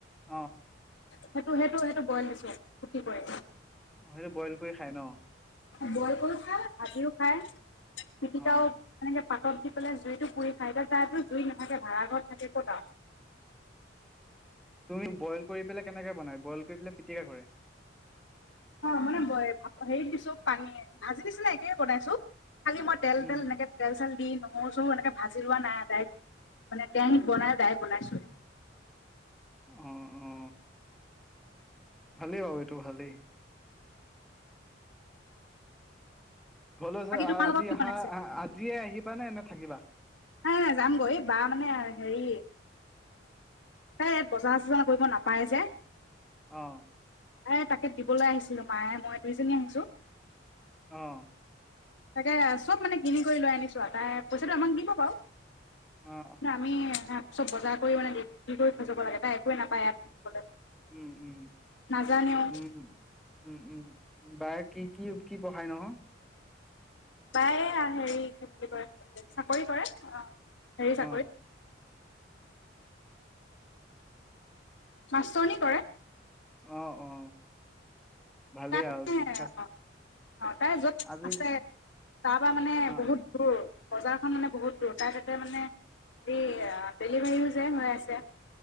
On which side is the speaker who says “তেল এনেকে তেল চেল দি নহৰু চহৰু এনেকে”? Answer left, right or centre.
Left